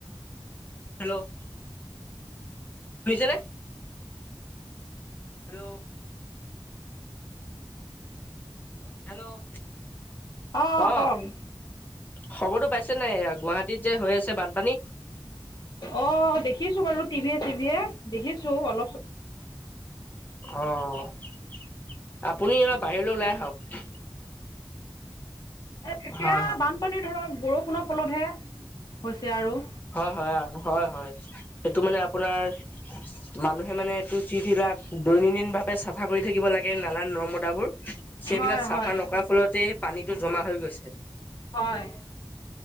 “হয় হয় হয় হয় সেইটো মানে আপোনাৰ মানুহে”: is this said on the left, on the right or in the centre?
Left